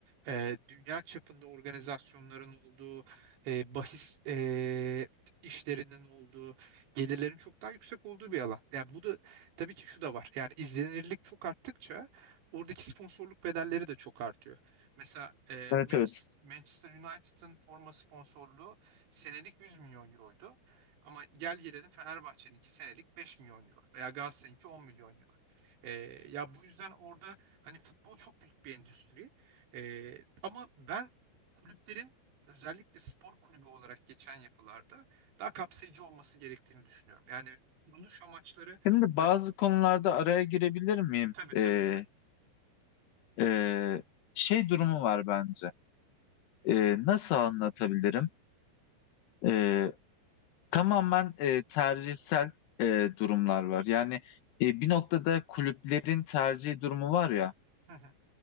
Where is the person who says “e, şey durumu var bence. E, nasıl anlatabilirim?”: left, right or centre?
Left